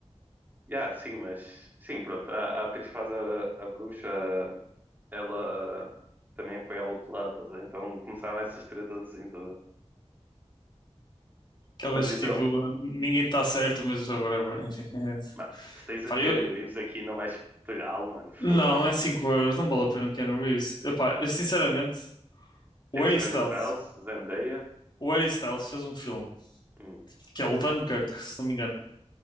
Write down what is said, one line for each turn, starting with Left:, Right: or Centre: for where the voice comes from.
Right: Yeah, sim, mas sim, pronto. A, a atriz que faz a, a bruxa, ela também apoiava o outro lado, estás a ver? então começaram essas tretas assim todas.
Left: Aquelas
Right: Mas então,
Left: que, tipo, ninguém está certo, mas agora, é- enfim. É.
Right: mano, tu tens o
Left: Pá,
Right: Keanu
Left: eu,
Right: Reeves aqui e não vais pegá-lo, mano, fogo.
Left: Não, é 5 euros, não vale a pena o Keanu Reeves. Epá, eu sinceramente, o
Right: Tens
Left: Harry
Right: o
Left: Styles,
Right: Harry Styles, Zendaya.
Left: o Harry Styles fez um filme,
Right: Hum,
Left: que é o Dunkirk, se não me engano.